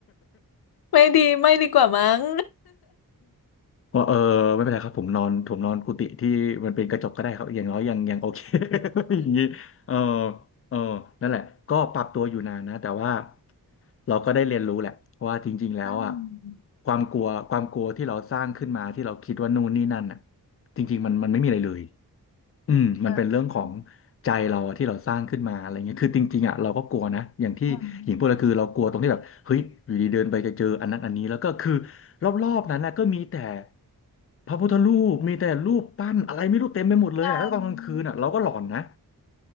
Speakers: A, on the left (about 85°); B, on the left (about 40°).
A: ไม่ดีไม่ดีกว่ามั้ง
B: ว่าเออไม่เป็นไรครับผมนอนผมนอนกุฏิที่มันเป็นกระจกก็ได้ครับอย่างน้อยยังยังโอเค <laughs> อย่างนี้เออเออนั่นแหละก็ปรับตัวอยู่นานนะแต่ว่าเราก็ได้เรียนรู้แหละว่าจริงๆแล้วอ่ะ
A: อืม
B: ความกลัวความกลัวที่เราสร้างขึ้นมาที่เราคิดว่านู่นนี่นั่นอ่ะจริงๆมันมันไม่มีอะไรเลย อืมมันเป็นเรื่องของ
A: เออเออ
B: ใจเราอะที่เราสร้างขึ้นมาอะไรเงี้ยคือจริงๆอ่ะเราก็กลัวนะอย่างที่หญิงพูดก็คือเรากลัวตรงที่แบบเฮ้ยอยู่ดีเดินไปจะเจออันนั้นอันนี้แล้วก็คือ
A: เอออืม
B: รอบๆนั้นนะก็มีแต่พระพุทธรูปมีแต่รูปปั้นอะไรไม่รู้เต็มไปหมดเลยอ่ะแล้วตอนกลางคืนอ่ะเราก็หลอนนะ
A: ใช่